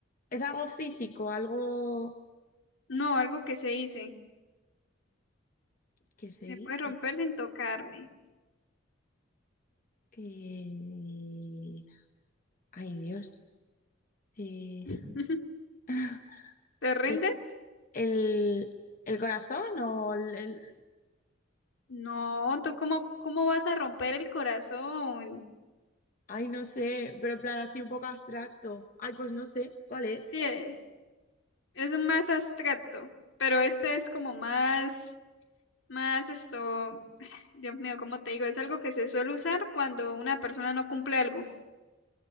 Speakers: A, on the left; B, on the left.
A: Es algo físico, algo
B: No, algo que se dice.
A: que se
B: Me
A: dice.
B: puedes romper sin tocarme.
A: Eh, Ay, Dios. Eh,
B: <laughs>
A: <laughs>
B: ¿Te rindes?
A: ¿El, el- el corazón o el... el-
B: No, ¿tú cómo, cómo vas a romper el corazón?
A: Ay, no sé, pero en plan así un poco abstracto. Ay, pues no sé, ¿cuál es?
B: Sí, eh, es más abstracto, pero este es como más, más esto, <sighs> Dios mío, ¿cómo te digo? Es algo que se suele usar cuando una persona no cumple algo.